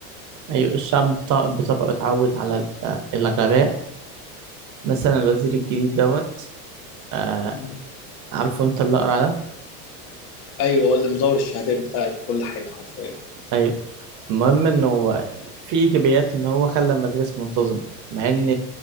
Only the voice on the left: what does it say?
مم.
ايوه هو اللي مزور الشهادات بتاعت كل حاجة حرفيا